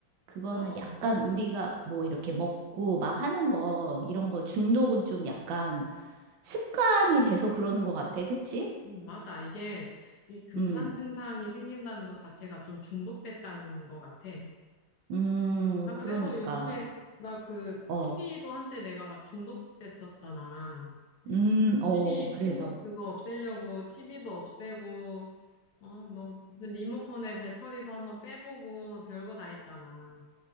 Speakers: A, on the right; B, on the left.
A: 그거는
B: 그럼.
A: 약간 우리가 뭐 이렇게 먹고 막 하는 거, 이런 거 중독은 좀 약간 습관이 돼서 그러는 것 같아. 그치?
B: 음, 맞아. 이게 이 금단
A: 음,
B: 증상이 생긴다는 것 자체가 좀 중독됐다는 것 같아.
A: 음,
B: 나
A: 그러니까.
B: 그래서 요즘에 나 그
A: 어,
B: TV도 한때 내가 막 중독됐었잖아.
A: 음, 어,
B: TV
A: 그래서.
B: 충독 그거 없애려고 TV도 없애고 어 뭐 무슨 리모컨에 배터리도 한번 빼보고 별거 다 했잖아.